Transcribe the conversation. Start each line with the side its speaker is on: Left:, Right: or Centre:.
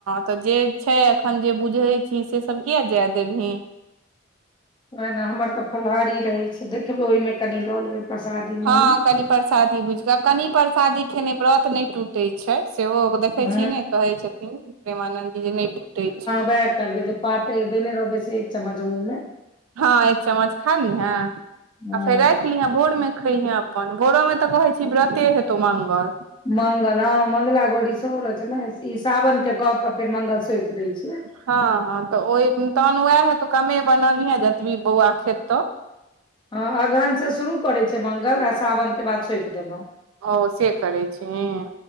Right: त जे छैय अखन जे बुझैय छी से सब किये जे देबहीं।
Left: ना ना हमर त फलहारी रहैय छैय देखबै ओहिमें कनी ल लेबै। प्रसादी मे
Right: हँ
Left: मे
Right: कनी परसादी बुझि क, कनी परसादी खेने व्रत नैय टूटैय छैय सेओ ओ देखै
Left: हूं
Right: छी ने कहैय छथिन प्रेमानन्द जी जे नैय टुटैय छै।
Left: वेह करबैय जे पातैर देने रहबै से एक चम्मच मुँह में।
Right: हँ एक चम्मच खा लीहें
Left: हूं
Right: आ फेर रैख लीहें भोर में खैइहें अपन भोरो में त कहै छी व्रते हेतौ मंगल।
Left: मंगल हँ मंगला गोरी सेहो रहै छै ने इ सावन के क क फेर मंगल सोइप दैय छियै।
Right: हँ हँ त ओय तहन वेह क कमे बनबीहें जतबी बौआ खेतो।
Left: हँ अगहन स शुरू करैय छियै मंगल आ सावन के बाद सोइप देलौं।
Right: ओ से करैय छीहीं।